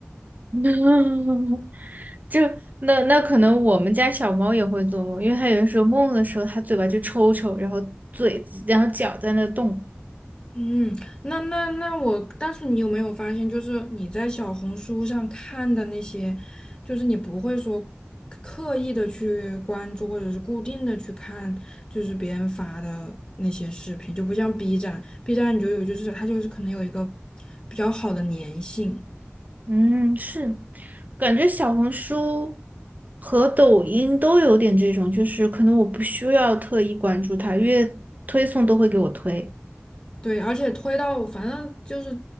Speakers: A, on the right (about 40°); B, on the left (about 20°).
A: <laughs> 就那那可能我们家小猫也会做梦，因为它有的时候梦的时候，它嘴巴就抽抽，然后嘴然后脚在那动。
B: 嗯，那那那我，但是你有没有发现，就是你在小红书上看的那些，就是你不会说刻刻意的去关注，或者是固定的去看，就是别人发的那些视频，就不像 B 站，B 站你就有就是它就是可能有一个比较好的粘性。
A: 嗯，是，感觉小红书和抖音都有点这种，就是可能我不需要特意关注它，因为推送都会给我推。
B: 对，而且推到反正就是，